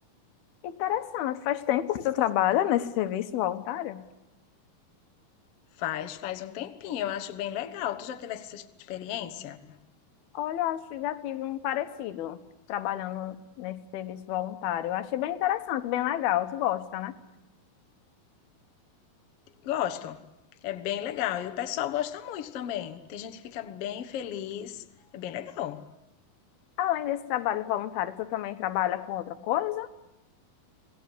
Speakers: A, on the left; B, on the left.
A: Interessante. Faz tempo que tu trabalha nesse serviço voluntário?
B: Faz, faz um tempinho, eu acho bem legal. Tu já tivesse essa experiência?
A: Olha, eu acho que já tive um parecido trabalhando nesse serviço voluntário. Eu achei bem interessante, bem legal. Tu gosta, né?
B: Gostam. É bem legal. E o pessoal gosta muito também. Tem gente que fica bem feliz. É bem legal.
A: Além desse trabalho voluntário, tu também trabalha com outra coisa?